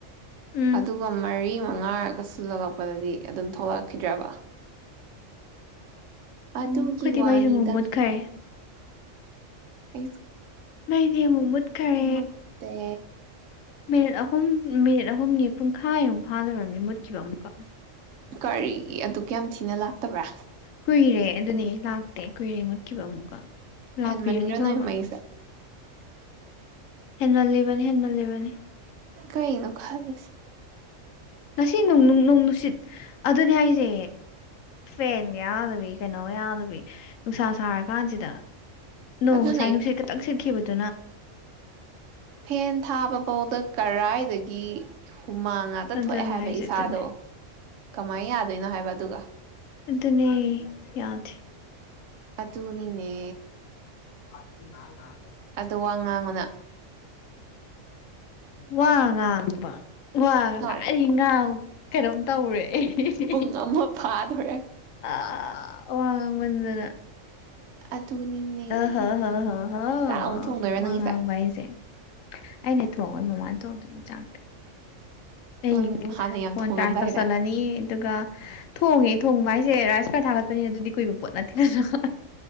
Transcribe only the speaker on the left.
ꯎꯝ
ꯎꯝ ꯑꯩꯈꯣꯏꯗꯤ
ꯃꯩꯁꯨ ꯑꯃꯨꯛ ꯃꯨꯠꯈ꯭ꯔꯦ
ꯃꯩꯗꯤ ꯑꯃꯨꯛ ꯃꯨꯠꯈ꯭ꯔꯦ
ꯃꯤꯅꯤꯠ ꯑꯍꯨꯝ ꯃꯤꯅꯤꯠ ꯑꯍꯨꯝꯅꯤ ꯄꯨꯡꯈꯥꯏꯃꯨꯛ ꯐꯥꯗꯨꯔꯕꯅꯤ ꯃꯨꯠꯈꯤꯕ ꯑꯃꯨꯛꯀ
ꯀꯨꯏꯔꯦ ꯑꯗꯨꯅꯤ ꯂꯥꯛꯇꯦ ꯀꯨꯏꯔꯦ ꯃꯨꯠꯈꯤꯕ ꯑꯃꯨꯛꯀ ꯂꯥꯛꯄꯤꯔꯗꯤ
ꯐꯕ
ꯍꯦꯟꯃꯜ ꯂ ꯂꯤꯕꯥꯅꯤ ꯍꯦꯟꯃꯜ ꯂꯩꯕꯥꯅꯤ
ꯉꯁꯤ ꯅ ꯅꯣꯡ ꯅꯨꯡꯁꯤꯠ ꯑꯗꯨꯅꯦ ꯍꯥꯏꯁꯦ ꯐꯦꯟꯒ ꯌꯥꯎꯗꯕꯤ ꯀꯩꯅꯣꯒ ꯌꯥꯎꯗꯕꯤ ꯅꯨꯡꯁꯥ ꯁꯥꯔ ꯀꯥꯟꯁꯤꯗ ꯅꯣꯡ
ꯉꯁꯥꯏ ꯅꯨꯡꯁꯤꯠ ꯈꯈꯤꯛꯇꯪ ꯁꯤꯠꯈꯤꯕ <inaudible>
ꯑꯗꯨꯅꯦ
ꯍꯥꯏꯁꯦ
ꯑꯗꯨꯅꯦ
ꯑꯗꯨꯅꯦ ꯌꯥꯗꯦ
<unintelligible>
ꯋꯥ ꯉꯥꯡꯕ ꯋꯥ ꯉꯁꯥꯏꯗꯩ
ꯉꯥꯡ ꯀꯩꯅꯣꯝ ꯇꯧꯔꯦ ꯑꯍꯤ ꯍꯤ
ꯍꯤ
ꯑ ꯋꯥ ꯉꯥꯡꯃꯟꯗꯅ
ꯑ ꯍ ꯍ ꯍ ꯍ
ꯋꯥ ꯉꯥꯡꯕ ꯍꯥꯏꯁꯦ ꯑꯩꯅ ꯊꫭꯡꯉꯣꯏ ꯃꯃꯥꯅ ꯊꫭꯡꯗꯨꯅꯤ ꯆꯥꯛꯇꯤ ꯑꯩꯒꯤ
ꯑꯕꯨ
ꯐꯣꯟ
ꯆꯥꯔꯖ ꯇꯧꯁꯜꯂꯅꯤ ꯑꯗꯨꯒ ꯊꯣꯡꯉꯦ ꯊꯣꯡꯕ ꯍꯥꯏꯁꯦ ꯔꯥꯏꯁ ꯀꯨꯀꯔꯔ ꯊꯥꯒꯠꯄꯅꯦ ꯑꯗꯨꯗꯤ ꯀꯨꯏꯕ ꯄꯣꯠ ꯅꯠꯇꯦꯗꯅ ꯍ